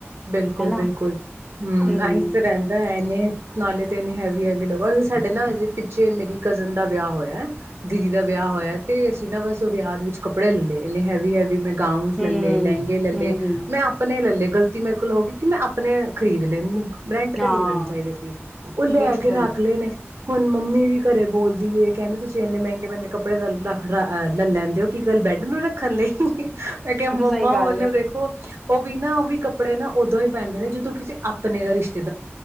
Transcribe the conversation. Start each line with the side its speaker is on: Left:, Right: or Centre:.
Right: ਬਿਲਕੁਲ
Centre: ਹਨਾ
Right: ਬਿਲਕੁਲ ਹਮ
Centre: ਹੂੰ
Right: ਇਹੀ ਤਾਂ ਰਹਿੰਦਾ ਹੈ ਇੰਨੇ ਨਾਲੇ ਤਿੰਨ ਹੈਵੀ ਹੈਵੀ ਲ ਸਾਡੇ ਨਾ ਹਜੇ ਪਿੱਛੇ ਮੇਰੀ ਕਜ਼ਨ ਦਾ ਵਿਆਹ ਹੋਇਆ ਦੀਦੀ ਦਾ ਵਿਆਹ ਹੋਇਆ ਤੇ ਅਸੀਂ ਨਾ ਬਸ ਵਿਆਹ ਵਿੱਚ ਕੱਪੜੇ ਲੈ ਲਏ ਇੰਨੇ ਹੈਵੀ ਹੈਵੀ ਮੈਂ ਗਾਊਨਸ
Centre: ਹੂੰ
Right: ਲੈ ਲਏ ਲਹਿੰਗੇ ਲੈ ਲਏ
Centre: ਹੂੰ-ਹੂੰ
Right: ਮੈਂ ਆਪਣੇ ਲੈ ਲੇ ਮੇਰੇ ਕੋਲ ਹੋ ਗਈ ਕਿ ਮੈਂ ਆਪਣੇ ਖਰੀਦ ਲੈ ਮੈਨੂੰ ਰੈਂਟ ਤੇ
Centre: ਹਾਂ
Right: ਲੈ ਲੈਣੇ ਚਾਹੀਦੇ ਸੀ, ਉਹ ਲੈ
Centre: ਬਿਲਕੁਲ
Right: ਕੇ ਰੱਖ ਲਏ ਨੇ ਹੁਣ ਮੰਮੀ ਵੀ ਘਰੇ ਬੋਲਦੀ ਏ ਕਹਿੰਦੇ ਤੁਸੀਂ ਇੰਨੇ ਮਹਿੰਗੇ ਮਹਿੰਗੇ ਕੱਪੜੇ ਰੱਖ ਲੈ ਲੈਂਦੇ ਹੋ ਕੀ ਗੱਲ ਬੈਡ ਨੂੰ ਵੀ ਰੱਖਣ ਲਈ ਮੈਂ ਕਿਹਾ ਮੰਮਾ
Centre: ਸਹੀ ਗੱਲ
Right: ਉਹਨੂੰ
Centre: ਹੈ
Right: ਦੇਖੋ ਉਹ ਵੀ ਨਾ ਉਹ ਵੀ ਕੱਪੜੇ ਨਾ ਉਦੋਂ ਹੀ ਪੈਂਦੇ ਨੇ ਜਦੋਂ ਕਿਸੇ ਆਪਣੇ ਦਾ ਰਿਸ਼ਤੇ